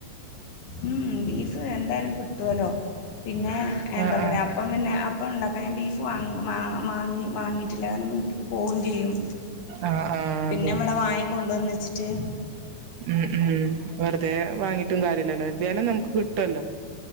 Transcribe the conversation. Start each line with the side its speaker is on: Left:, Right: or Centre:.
Left: ഉം ബീഫ് എന്തായാലും കിട്ടുലോ പിന്നെ എന്താ
Right: ആഹ് ആഹ്
Left: പറയാ. അപ്പം പിന്നെ അപ്പോഴ ഉണ്ടാക്കാം ഞാൻ ബീഫ് വാങ്ങി വാങ്ങി വാങ്ങിട്ടില്ല കാരണം വീട്ക്ക് പോവുംചെയ്യും.
Right: ആഹ് ആഹ്
Left: പിന്നെ
Right: അതെ
Left: ഇവിടെ വാങ്ങി കൊണ്ടുവന്ന്വച്ചിട്ട്.
Right: ഉം ഉം വെറുതെ വാങ്ങിട്ടും കാര്യലല്ലോ എ തായാലും നമുക്ക് കിട്ടുല്ലോ?